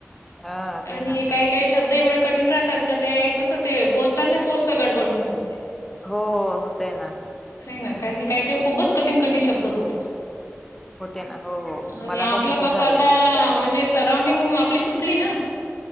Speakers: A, in the centre; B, on the left.
A: हा ते
B: आणि
A: ना
B: काय? काही शब्द एवढे कठीण राहतात. का ते कसं हातयं बोलतना थोडसं गडबड होऊन जातयं.
A: हो. हो. होतय ना.
B: हेना. कारण की काय - काय खूपच कठीण - कठीण शब्द होते.
A: होते ना. हो. हो
B: आणि
A: मला
B: आपलं
A: पण तस झालंय
B: कसं आता म्हणजे सराऊंडिंग आपली सुटली ना.